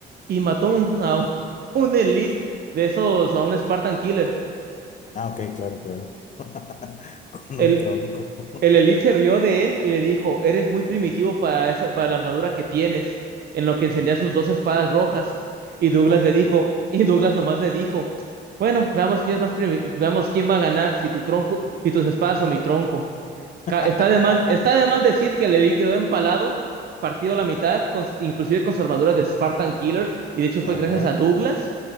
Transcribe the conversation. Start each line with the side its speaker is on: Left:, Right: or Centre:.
Right: y mató un- a un, un elite de esos, a un Spartan Killer.
Left: Ah, ok, claro, claro. <laughs> Con
Right: El,
Left: un tronco. <laughs>
Right: el Elite se rió de él y le dijo, eres muy primitivo para, esa, para la armadura que tienes, en lo que encendía sus dos espadas rojas. Y Douglas
Left: ¡Tum!
Right: le dijo, <laughs> y Douglas nomás le dijo, bueno, veamos quién es más primi- veamos quién va a ganar, si tu tronco, si tus espadas o mi tronco. Ca-
Left: <laughs>
Right: Está de más, está de más decir que Levi quedó empalado, partido a la mitad, con- inclusive con su armadura de Spartan Killer, y de hecho fue
Left: Ajá.
Right: gracias a Douglas